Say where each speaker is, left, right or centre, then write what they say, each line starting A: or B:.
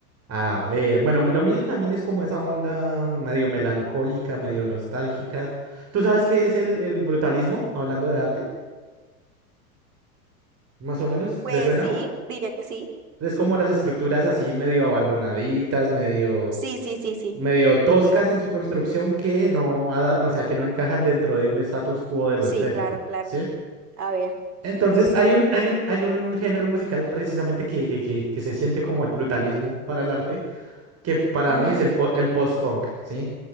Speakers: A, on the right (about 30°); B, on the right (about 80°).
A: A ver, bueno, lo mío también es como esa onda medio melancólica, medio nostálgica. ¿Tú sabes qué es el, el brutalismo, hablando de arte? Más o menos,
B: Pues
A: ¿le suena?
B: sí, diría que sí.
A: Es como las estructuras así medio abandonaditas, medio...
B: Sí, sí, sí, sí.
A: medio toscas en su construcción que no, ada- no, o sea, que no encajan dentro de un status quo de
B: Sí,
A: lo estético,
B: claro, claro.
A: ¿sí?
B: A ver.
A: Entonces, hay un, hay un, hay un género musical precisamente que, que, que, que se siente como el brutalismo para el arte, que para
B: ujú,
A: mí es el, po- el post-punk, ¿sí?